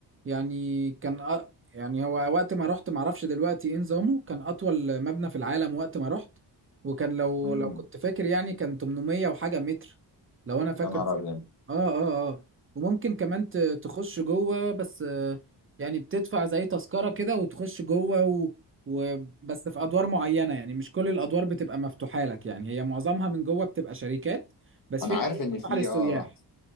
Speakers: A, on the right; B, on the left.
A: يعني كان أ- يعني هو وقت ما رحت معرفش دلوقتي إيه نظامه كان أطول مبنى في العالم وقت ما رحت وكان لو
B: امم
A: لو كنت فاكر يعني كان 800 وحاجة متر لو أنا فاكر
B: يا نهار ابيض
A: اه اه اه وممكن كمان ت- تخش جوه بس آه، يعني بتدفع زي تذكرة كده وتخش جوه و... وبس في ادوار معينة يعني مش كل الادوار بتبقى مفتوحة لك يعني هي معظمها من جوه بتبقى شركات بس
B: انا
A: في
B: عارف
A: حاجات مفتوحة
B: ان في
A: للسياح
B: اه